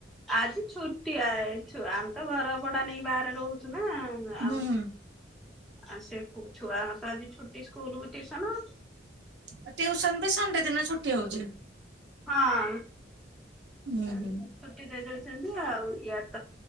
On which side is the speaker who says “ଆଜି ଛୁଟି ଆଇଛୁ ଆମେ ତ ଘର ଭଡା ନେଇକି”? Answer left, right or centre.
Centre